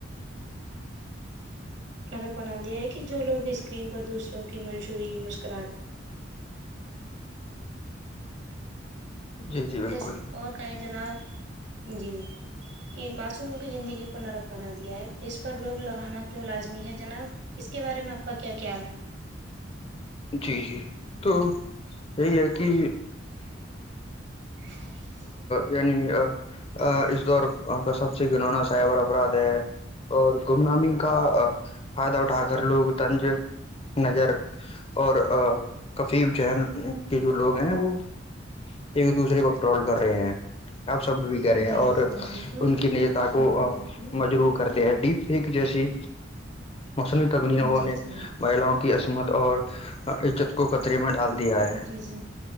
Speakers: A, on the right; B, on the left.
A: نرق بنا دیا ہے کہ جو لوگ اسکرین پر دوسروں کی منشوی مسکرات
B: جی جی بالکل
A: جیسے اور کہیں جناب جی کہ مسموں کی زندگی کو نرک بنا دیا ہے اس پر روگ لگانا کیوں لازمی ہے جناب اس کے بارے میں آپ کا کیا خیال ہے
B: جی جی تو یہی ہے کہ
A: ہاں
B: یعنی اس دور کا سب سے گننا سائبر اپراد ہے اور گم نامی کا فائدہ اٹھا کر لوگ تنج نظر اور کفی ذن کے جو لوگ ہیں وہ ایک دوسرے کوٹرول کر رہے ہیں اب سب بھی کریں ہیں
A: جی
B: اور
A: جی جناب
B: ان
A: بالکل
B: کے نیتا کو
A: بالکل بالکل
B: مجرو کرتے ہیں ڈپ پیک جیسی موسمی تکنیوگوں
A: جی
B: نے
A: جی
B: مہیلاں عصمت اور عزت کو خطرے میں ڈال
A: بالکل
B: دیا دیا ہے
A: جی جی